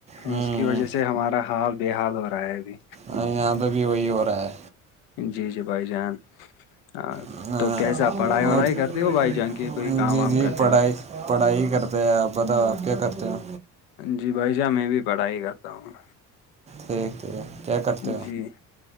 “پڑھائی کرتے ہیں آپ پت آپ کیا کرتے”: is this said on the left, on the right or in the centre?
Right